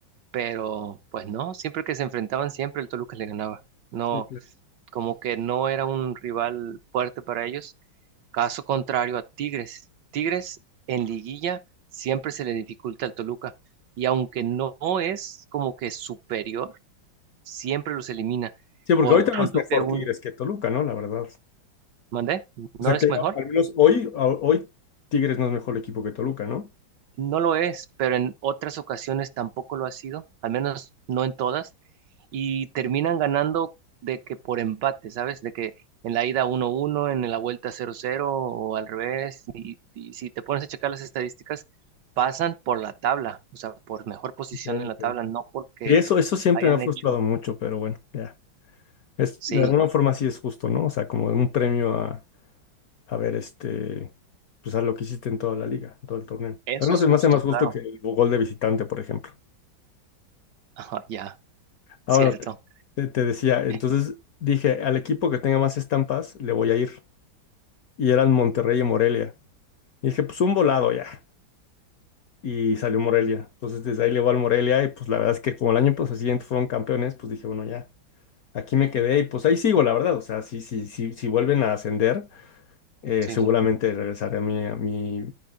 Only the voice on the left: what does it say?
Sí, claro.
Sí, porque
ahorita
no es mejor
Tigres que Toluca, ¿no? La verdad.
O sea
que
al menos hoy, a- hoy Tigres no es mejor equipo que Toluca, ¿no?
Ok,
ok.
Y eso, eso siempre
me ha frustrado
mucho, pero bueno, ya. Es,
de alguna forma sí es justo, ¿no? O sea, como un premio a, a ver, este, pues a lo que hiciste en toda la liga, en todo el torneo.
Al menos
se
me hace más
justo que el gol de visitante, por ejemplo.
Ah,
bueno, te, te decía, entonces
dije, al equipo que tenga más estampas, le voy a ir. y eran Monterrey y Morelia. Y dije, pues un volado ya. Y salió Morelia. Entonces desde ahí le voy al Morelia y pues la verdad es que como el año pues, siguiente fueron campeones, pues dije, bueno, ya, aquí me quedé y pues ahí sigo, la verdad. O sea, si, si, si, si vuelven a ascender, eh,
seguramente regresaré a mi, a mi,